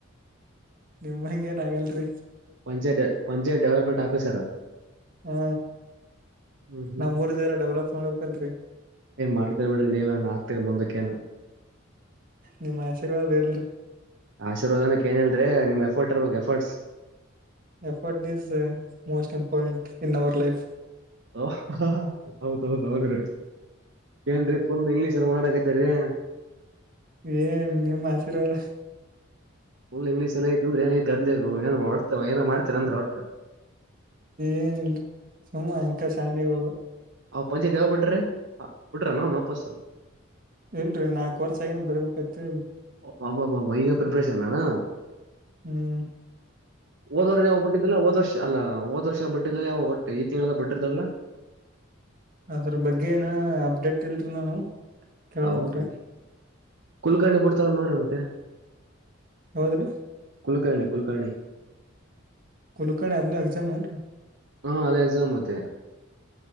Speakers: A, on the right; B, on the right.
A: ನಿಮ್ ಹಂಗ ಏನ್ ಆಗಲ್ರಿ
B: ಪಂಚಾಯತ್ ಪಂಚಾಯತ್ ಡೆವಲಪ್ಮಂಟ್ ಸರ್
A: ಹ್ಮ
B: ಹ್ಮ್ ಹ್ಮ್
A: ನಮ ಊರ್ದಾರ ಡೆವಲಪ್ ಮಾಡ್ಬೇಕಲ್ರರಿ
B: ಏ ಮಾಡ್ತೀರ ಬಿಡ್ರಿ ನೀವ ಏನ್ ಆಗ್ತೀರಿ ಮುಂದಕ್ಕೆಕ್ಕಏನು
A: ನಿಮ್ಮ್ ಆಶೀರ್ವಾದ ಎಲ್ರರಿ
B: ಆಶೀರ್ವಾದನಕ್ ಏನ್ ಹೇಳಲ್ರಿ ನಿಮ್ ಎಫರ್ಟ್ ಇರ್ಬೇಕು efforts
A: effort is most important in our life
B: ಹ ಹೌದೌದ ಹೌದ್ರೆ ಏನ್ ಫುಲ್ ಇಂಗ್ಲಿಷಲ್ಲಿ ಮಾತಾಡಕತಿರೀ
A: ಏನ್ ನಿಮ್ಮ್ ಆಶೀರ್ವಾದ
B: ಫುಲ್ ಇಂಗ್ಲೀಷಲ್ ಐತಂದ್ರ ಏನ ಗದಲಿರ್ಬೇಕು ಏನ್ ಹೊಡ್ತ ಏನೋ ಮಾಡತಿರ್ ಅಂದ್ರ ಒಟ್ಟ
A: ಎನಿಲ್ರಿ ಸುಮ್ಮ ಅಂಕ ಸಾಲಿ ಹೋಗರು
B: ಆ ಪಜ್ಜಿದ ಯಾವಾಗ ಬಿಟ್ರು ಹ ಬಿಟ್ರೆನ ಅವ್ನ ವಾಪಸು
A: ಇಲ್ರಿ ನಾಕ್ ವರ್ಸ ಆಗಿತ್ತು ಬರ್ಬೇಕತ್ರಿ
B: ಅಬಬಾಬಬಾ ಈಗ ಪ್ರಿಪ್ರೇಷನ್ ಏನಾ
A: ಹ್ಮ್
B: ಹೋದ ವಾರನೆ ಹೋಗ್ಬಿಟ್ಟ ಇದೆಲ್ಲ ಹೋದ ವರ್ಷ ಅಲ್ಲ ಹೋದ ವರ್ಷ ಬಟ್ಟಿದ್ರ ಯಾವ ಒಟ್ಟ ಈ ತಿಂಗಳ ಬಿಟರ್ದತರಲ
A: ಅದರ್ ಬಗ್ಗೆ ಏನ ಅಪ್ಡೇಟ್ ಇಲ್ರಿ ನಾನು ಕೇಳ್ಬೇಕ್
B: ಹೌದು
A: ರಿ
B: ಕುಲಕರ್ಣಿ ಬಿಡ್ತಾರ ನೋಡ್ರಿ ಮತ್ತೆ
A: ಹೌದ್ರಿ
B: ಕುಲಕರ್ಣಿ ಕುಲಕರ್ಣಿ
A: ಕುಲಕರ್ಣಿ ಅದನು ಎಗ್ಜಮ್ ಏನ್ರಿ
B: ಹಾ ಅದೇ ಎಕ್ಸಾಮ್ ಮತ್ತೆ